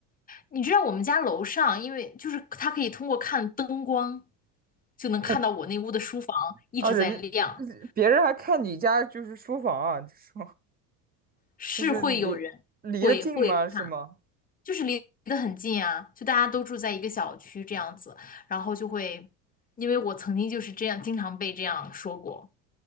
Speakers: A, on the left; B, on the right.
A: 你知道我们家楼上，因为就是它可以通过看灯光，就能看到我那屋的书房一直在亮，
B: <laughs> 啊，人家别人还看你家就是书房啊，这是。
A: 是会有人会会看，
B: 就是离离得近吗？是吗？
A: 就是离得很近啊，就大家都住在一个小区这样子，然后就会，因为我曾经就是这样，经常被这样说过，